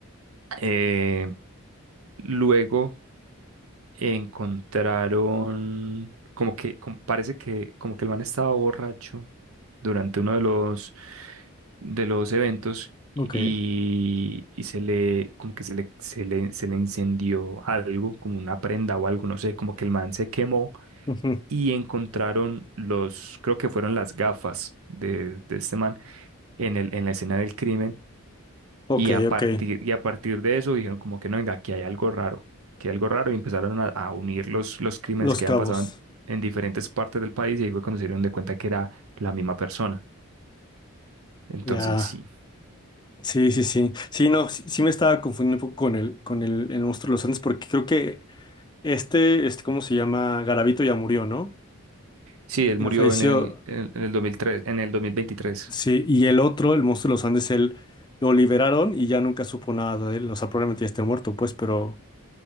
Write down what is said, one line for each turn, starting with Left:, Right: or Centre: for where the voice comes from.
Right: eh, luego encontraron, como que, como- parece que como que el man estaba borracho durante uno de los, de los eventos
Left: Ok.
Right: y, y se le, como que se le, se le, se le incendió algo, como una prenda o algo, no sé, como que el man se quemó
Left: Ujú.
Right: y encontraron los, creo que fueron las gafas de, de este man en el, en la escena del crimen
Left: Ok,
Right: y a partir,
Left: ok.
Right: y a partir de eso dijeron como que no, venga, aquí hay algo raro, que algo raro y empezaron a, a unir los, los crímenes
Left: Los
Right: que
Left: cabos.
Right: habían pasado en, en diferentes partes del país y ahí fue cuando se dieron de cuenta que era la misma persona. Entonces,
Left: Ya.
Right: sí.
Left: Sí, sí, sí. Sí, no, sí, sí me estaba confundiendo un poco con el, con el, el monstruo de los Andes, porque creo que este, este, ¿cómo se llama? Garavito ya murió, ¿no?
Right: Sí, él
Left: Ya
Right: murió
Left: falleció.
Right: en el, en en el 2003, en el 2023.
Left: Sí, y el otro, el monstruo de los Andes, él lo liberaron y ya nunca supo nada de él. O sea, probablemente ya esté muerto, pues, pero